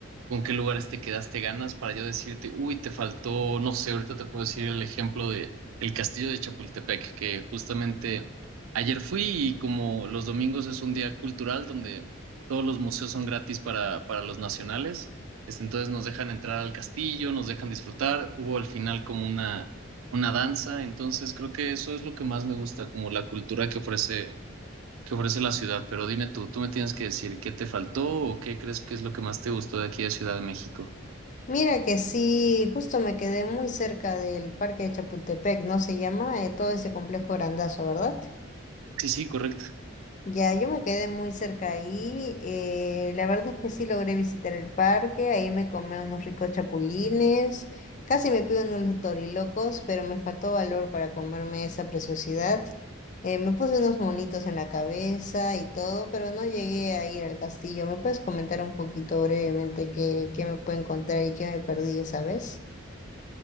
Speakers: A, on the right; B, on the left.
A: con qué lugares te quedaste ganas para yo decirte, uy, te faltó, no sé, ahorita te puedo decir el ejemplo de el Castillo de Chapultepec, que justamente ayer fui y como los domingos es un día cultural donde todos los museos son gratis para, para los nacionales, este, entonces nos dejan entrar al castillo, nos dejan disfrutar, hubo al final como una, una danza, entonces creo que eso es lo que más me gusta, como la cultura que ofrece que ofrece la ciudad, pero dime tú, tú me tienes que decir qué te faltó o qué crees que es lo que más te gustó de aquí de Ciudad de México.
B: Mira que sí, justo me quedé muy cerca del Parque de Chapultepec, ¿no se llama? Eh, todo ese complejo grandazo, ¿verdad?
A: Sí, sí, correcto.
B: Ya, yo me quedé muy cerca ahí. eh, la verdad es que sí logré visitar el parque. Ahí me comí unos ricos chapulines. Casi me pido unos dorilocos, pero me faltó valor para comerme esa preciosidad. eh, me puse unos monitos en la cabeza y todo, pero no llegué a ir al castillo. ¿Me puedes comentar un poquito brevemente qué, qué me puedo encontrar y qué me perdí esa vez?